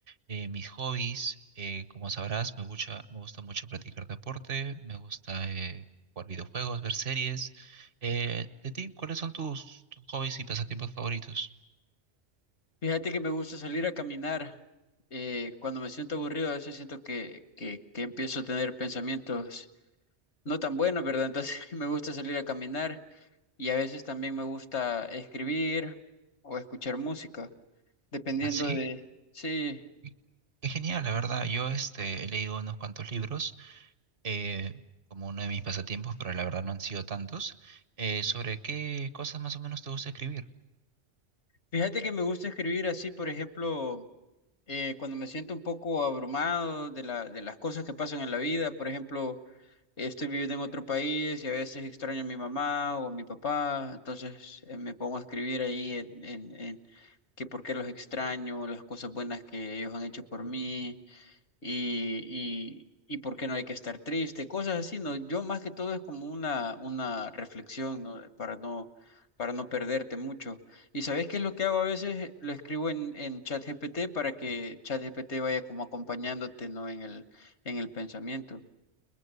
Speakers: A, on the right; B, on the left.
A: eh, mis hobbies. eh, como sabrás, me gusta, me gusta mucho practicar deporte, me gusta eh, jugar videojuegos, ver series. Eh, de ti, ¿cuáles son tus, tus hobbies y pasatiempos favoritos?
B: Fíjate que me gusta salir a caminar. Eh, cuando me siento aburrido, a veces siento que, que, que empiezo a tener pensamientos no tan buenos, ¿verdad? Entonces <laughs> me gusta salir a caminar y a veces también me gusta escribir o escuchar música, dependiendo
A: Ah, sí.
B: de... Sí,
A: Qué qué genial, la verdad. Yo este, he leído unos cuantos libros eh, como uno de mis pasatiempos, pero la verdad no han sido tantos. Eh, ¿sobre qué cosas más o menos te gusta escribir?
B: fíjate que me gusta escribir así, por ejemplo, eh, cuando me siento un poco abrumado de la, de las cosas que pasan en la vida, por ejemplo... Estoy viviendo en otro país y a veces extraño a mi mamá o a mi papá, entonces eh, me pongo a escribir ahí en, en, en que por qué los extraño, las cosas buenas que ellos han hecho por mí y, y, y por qué no hay que estar triste, cosas así, ¿no? Yo más que todo es como una, una reflexión, ¿no? Para no, para no perderte mucho. ¿Y sabes qué es lo que hago a veces? Lo escribo en, en ChatGPT para que ChatGPT vaya como acompañándote, ¿no? En el, en el pensamiento.